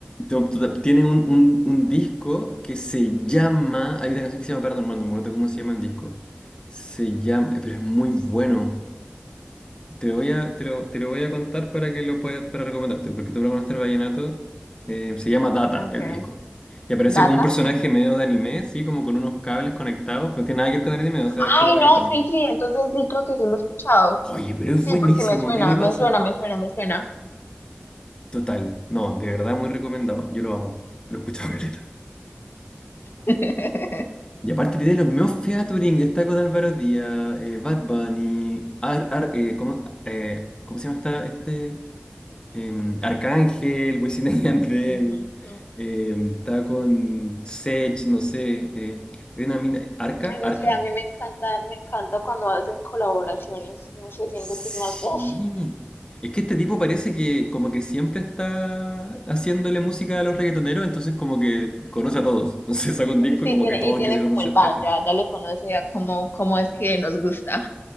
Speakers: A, on the left; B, on the left.
A: Tom- tota- Tiene un, un, un disco que se llama. Hay una canción que se llama Paranormal, no me acuerdo cómo se llama el disco. Se llama. eh, Pero es muy bueno. Te lo voy a, te lo, te lo voy a contar para que lo puedas, para recomendarte, porque tú lo conoces el vallenato. eh, se llama Data
B: Okay.
A: el disco. Y aparece
B: Data.
A: como un personaje medio de anime, sí, como con unos cables conectados, pero no tiene nada que ver con anime, o sea,
B: Ay,
A: es puro reggaetón.
B: no, sí, sí, entonces sí, creo que sí lo he escuchado.
A: Oye, pero es
B: Sí,
A: buenísimo,
B: porque me suena,
A: ¿qué le
B: me
A: pasa?
B: suena, me suena, me suena.
A: Total, no, de verdad muy recomendado, yo lo amo, lo he escuchado <laughs> caleta.
B: <laughs>
A: Y aparte tiene los mismos featuring, está con Álvaro Díaz, eh, Bad Bunny, Ar, Ar- eh, ¿cómo, eh, cómo se llama esta, este? Em, Arcángel, Wisin y Yandel,
B: Ujú, ujú.
A: em, está con Sech, no sé, eh, hay una mina, Arca,
B: Ay, no
A: Arca.
B: sé, a mí me encanta, me encanta cuando hacen colaboraciones. No sé, siento
A: Sí,
B: que es más, uff,
A: es que este tipo parece que como que siempre está haciéndole música a los reggaetoneros, entonces como que conoce a todos, entonces saca un disco
B: sí,
A: y como
B: tiene,
A: que todos
B: y tiene
A: quisieron
B: como
A: hacer
B: el vibe,
A: featuring.
B: ya, ya le conoce ya cómo, cómo es que nos gusta.